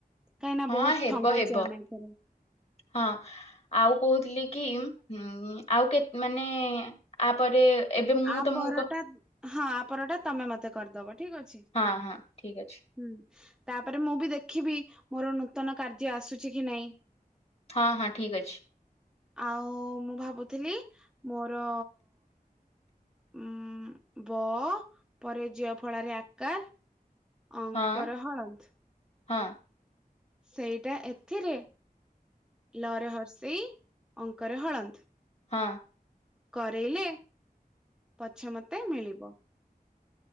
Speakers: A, in the centre; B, on the left.
A: କାହିଁକିନା
B: ହଁ
A: ବହୁତ
B: ହେବ
A: ଥଙ୍ଗଉଛେ
B: ହେବ
A: ଆମେ ଏଥିରେ
B: ହଁ। ଆଉ କହୁଥିଲି କି ଉ ଆଉ କେ ମାନେ ଆପରେ ଏବେ ମୁଁ
A: ଆ
B: ତମକୁ
A: ପରଟା
B: କ
A: ହଁ ଆ ପରଟା ତମେ ମତେ କରିଦବ ଠିକ ଅଛି?
B: ହଁ ହଁ ଠିକ ଅଛି।
A: ହୁଁ ତାପରେ ମୁଁ ବି ଦେଖିବି ମୋର ନୂତନ କାର୍ଯ୍ୟ ଆସୁଛି କି ନାଇଁ?
B: ହଁ ହଁ ଠିକ୍ ଅଛି।
A: ଆଉ ମୁଁ ଭାବୁଥିଲି ମୋର ଉଁ ବ ପରେ ଜ୍ୟ ଫଳାରେ ଆ କାର ଅଙ୍କର
B: ହଁ
A: ହଳନ୍ତ।
B: ହଁ।
A: ସେଇଟା ଏଥିରେ ଲ ରେ ହର୍ସେଇ ଅଙ୍କରେ ହଳନ୍ତ୍।
B: ହଁ।
A: କରେଇଲେ ପଛେ ମତେ ମିଳିବ